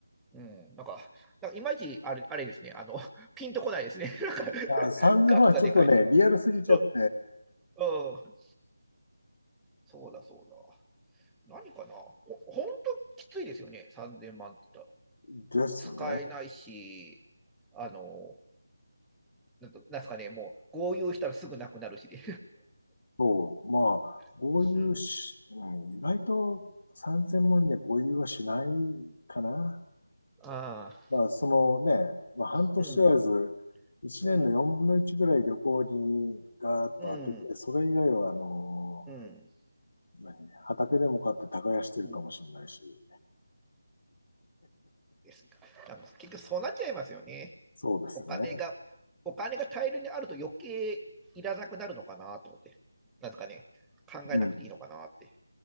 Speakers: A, in the centre; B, on the left.
A: うん、なんか、なんかいまいちあれあれですね、あの、ピンとこないですね。<laughs> なんか、
B: いや3000万はちょっとね、
A: 額がでかい。
B: リアルすぎちゃって、
A: うん、うん、そうだそうだ。何かなほほんときついですよね、3000万って言ったら。
B: ですね。
A: 使えないし、あの、なんとなんすかね、もう、豪遊したらすぐなくなるしで。
B: そう、まあ、豪遊し、
A: <laughs> うん、
B: うん、意外と3000万には合流はしないかな。
A: ああ、
B: まあ、そのね、まあ、半年とらず、
A: うん、
B: 1年の4分の1ぐらい旅行にガーッと当てて、
A: うん、うん、
B: それ以外は、あの
A: うん、
B: 何、畑でも買って耕してるかもしれないし、
A: うん。ですか。なんか結局そうなっちゃいますよね。
B: そうですね。
A: お金が、お金が大量にあると余計いらなくなるのかなと思って。なんですかね、考えなくていいのかなって。
B: うん、